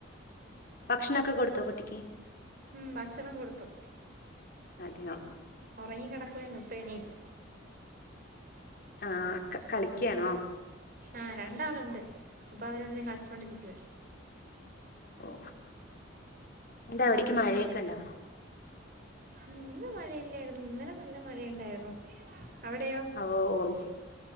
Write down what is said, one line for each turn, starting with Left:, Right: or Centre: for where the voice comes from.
Left: ഭക്ഷണൊക്കെ കൊടുത്തോ കുട്ടിക്ക്
Right: ഉം ഭക്ഷണം കൊടുത്തു
Left: അതെയോ
Right: ഒറങ്ങി കെടക്കുവായിരുന്നു ഇപ്പ എണീറ്റ്
Left: ആഹ് ക്കക്ക കളിക്കാണോ
Right: ആ രണ്ടാളുണ്ട് ഇപ്പ അവരു രണ്ടുപേരും കളിച്ചൊണ്ടിരിക്കുവ
Left: ഓ നിന്റെ അവിടേക്ക് മഴയൊക്കെ ഇണ്ടോ
Right: ഇന്ന് മഴയില്ലായിരുന്നു ഇന്നലെ നല്ല മഴയുണ്ടായിരുന്നു അവിടെയോ
Left: ഓ <unintelligible>